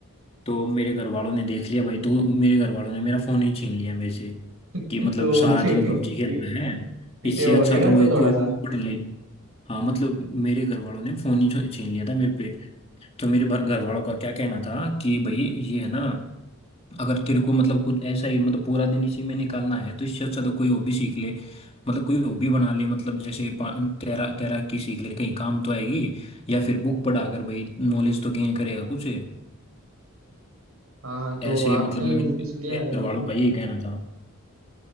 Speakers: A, on the left (about 25°); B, on the right (about 75°).
A: तो मेरे घर वालों ने देख लिया भाई तो मेरे घर वालों ने मेरा फोन ही छीन लिया मेरे से
B: तो
A: कि मतलब सारा
B: <laughs> के-
A: दिन पबजी खेलता
B: पी,
A: है
B: पीटे
A: इससे
B: होंगे
A: अच्छा
B: ना
A: तो भाई
B: तो थोड़ा
A: कोई
B: सा
A: बुक पढ़ ले हाँ मतलब मेरे घर वालों ने फोन ही छो- छीन लिया था मेरे पे तो मेरे घर वालों का क्या कहना था कि भाई ये है ना अगर तेरे को मतलब कुछ ऐसा ही मतलब पूरा दिन इसी में निकालना है तो इससे अच्छा तो कोई हॉबी सीख ले मतलब कोई हॉबी बना ले मतलब जैसे पा- तैरा तैराकी सीख ले कहीं काम तो आएगी या फिर बुक पढ़ा कर भाई नॉलेज तो गेन करेगा कुछ
B: हाँ हाँ, तो
A: ऐसे
B: आपने
A: मतलब मेरे
B: उनकी सुनी
A: मेरे
B: या नहीं
A: घर वालों
B: <laughs>
A: का यही कहना था